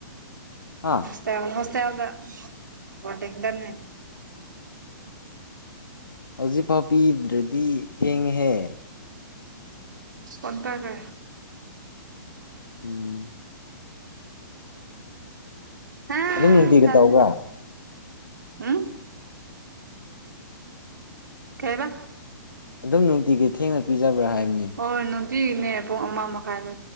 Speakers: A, on the left (about 80°); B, on the right (about 65°).
A: ꯍꯥꯥ
B: ꯍ ꯍꯁꯦ ꯌꯥꯜꯗ ꯋꯥꯔꯗꯅꯦꯦ
A: ꯍꯧꯖꯤꯛꯐꯥꯎ ꯄꯤꯗ꯭ꯔꯗꯤ ꯊꯦꯡꯉꯍꯦ
B: ꯑꯣ ꯇꯒꯦ
A: ꯎꯝ
B: ꯍꯥ
A: ꯑꯗꯨꯝ ꯅꯨꯡꯇꯤꯒꯤ
B: ꯀꯜ
A: ꯇꯧꯕ꯭ꯔꯥ
B: ꯎꯝ ꯈꯦꯕꯥ
A: ꯑꯗꯨꯝ ꯅꯨꯡꯇꯤꯒꯤ ꯊꯦꯡꯅ ꯄꯤꯖꯕ꯭ꯔꯥ ꯍꯥꯏꯕꯅꯤ
B: ꯍꯣꯏ ꯍꯣꯏ ꯅꯨꯡꯇꯤꯒꯤꯅꯦ ꯄꯨꯡ ꯑꯃ ꯃꯈꯥꯏꯗ